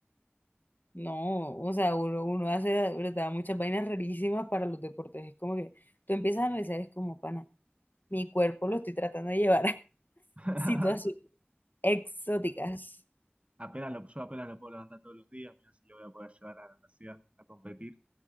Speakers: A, on the left (about 50°); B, on the right (about 30°).
A: no, o sea, uno, uno hace, verdad, muchas vainas rarísimas para los deportes. Es como que tú empiezas a analizar, es como, pana, mi cuerpo lo estoy tratando de llevar a <laughs>
B: <laughs>
A: situaciones exóticas.
B: Apenas lo, yo apenas lo puedo levantar todos los días, mira si lo voy a poder llevar a la natación, a competir.